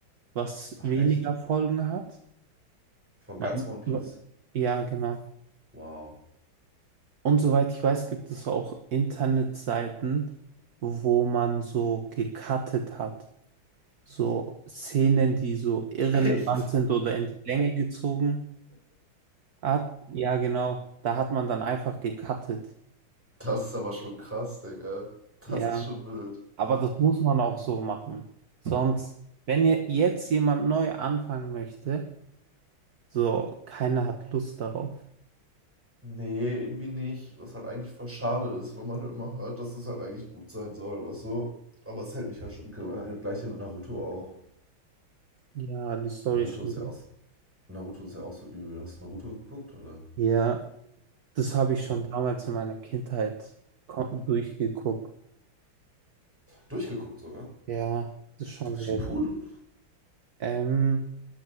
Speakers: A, on the right (about 50°); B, in the centre.
A: was
B: Ach,
A: weniger
B: echt?
A: Folgen hat.
B: Von
A: Man,
B: ganz One Piece.
A: ja, genau.
B: Wow.
A: Und soweit ich weiß, gibt es auch Internetseiten, wo man so gecuttet hat. So Szenen, die so irrelevant
B: <laughs> Echt?
A: sind oder in die Länge gezogen hat. Ja, genau. Da hat man dann einfach gecuttet.
B: Das ist aber schon krass, Digga. Das
A: Ja.
B: ist schon wild.
A: Aber das muss man auch so machen. Sonst, wenn ihr jetzt jemand neu anfangen möchte, so keiner hat Lust darauf.
B: Nee, irgendwie nicht, was halt eigentlich voll schade ist, weil man halt immer hört, dass es halt eigentlich gut sein soll, weißt du? Aber es hält mich halt schon, ge- gleiche mit Naruto auch.
A: Ja, die Story
B: Naruto
A: ist schon
B: ist
A: geil.
B: ja auch, Naruto ist ja auch so übel. Hast du Naruto geguckt, oder?
A: Ja, das habe ich schon
B: Oh,
A: damals in meiner Kindheit ko- durchgeguckt.
B: durchgeguckt sogar.
A: Ja, das ist schon sehr.
B: Shippuden?
A: Ähm,